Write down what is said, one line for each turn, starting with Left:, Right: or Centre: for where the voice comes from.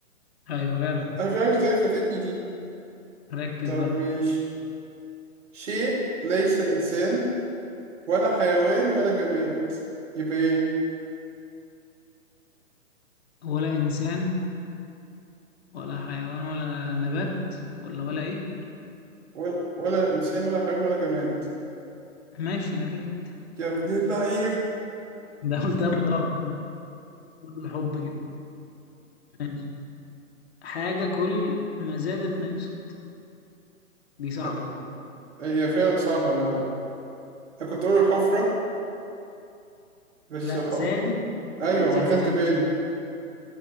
Left: ايوه جدع
Right: أنا مش عارف ازاي فاتتني دي
Left: ركز
Right: طب
Left: بقى
Right: ماشي شيء ليس إنسان ولا حيوان ولا جماد يبقى ايه
Left: ولا انسان ولا حيوان ولا نبات ولا ولا ايه
Right: ولا ولا إنسان ولا حيوان ولا جماد
Left: ماشي نبات
Right: يا ابن اللعيب
Left: ده قلت غلط برضه الحب كده ماشي. حاجة كل ما زادت نقصت دي صعبة
Right: <laughs>
Left: دي
Right: هي فعلا صعبة أنا أنا كنت أقول الحفرة بس
Left: لا
Right: الحفرة
Left: زادت
Right: أيوة
Left: بتزيد
Right: ما أنا خدت
Left: بتنقص
Right: بالي